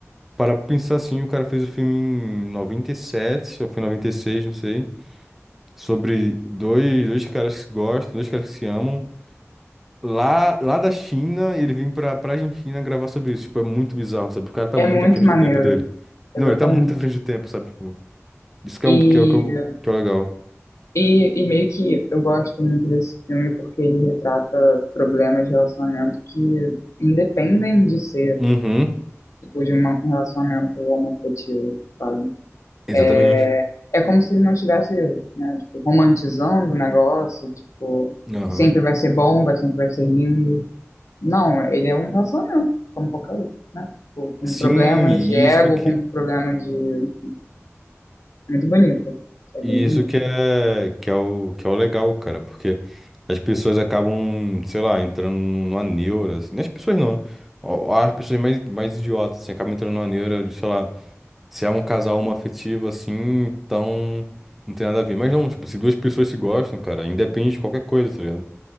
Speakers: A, in the centre; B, on the left.
A: Para pensar assim, o cara fez o filme em 97, ou foi 96, não sei, sobre dois, dois caras que se gostam, dois caras que se amam, lá, lá da China, e ele vem pra, pra Argentina gravar sobre isso. Tipo, é muito bizarro, sabe? O cara tá
B: É
A: muito
B: muito
A: à frente
B: maneiro,
A: do tempo dele. Não,
B: exatamente.
A: ele tá muito à frente do tempo, sabe? Tipo, isso que
B: E,
A: é, um, que é, o- que é, o- que é o legal.
B: e, e meio que eu gosto muito desse filme porque ele retrata problemas de relacionamento que independem de ser.
A: Uhum,
B: tipo, de uma- um relacionamento homoafetivo, sabe?
A: exatamente.
B: É, é como se ele não estivesse, né, tipo, romantizando o negócio, tipo,
A: Aham.
B: que sempre vai ser bom, vai sempre vai ser lindo. Não, ele é um relacionamento, como qualquer outro, né? Tipo, com
A: Sim,
B: problemas
A: isso
B: de ego,
A: que,
B: com problemas de... Muito bonito, é
A: E
B: bem bonito.
A: isso que é, que é o, que é o legal, cara, porque as pessoas acabam, sei lá, entrando numa neura, assim, não as pessoas não, ó, as pessoas mais, mais idiotas, assim, acabam entrando numa neura de, sei lá, se é um casal homoafetivo, assim, então não tem nada a ver. Mas não, tipo, se duas pessoas se gostam, cara, independe de qualquer coisa, tá ligado?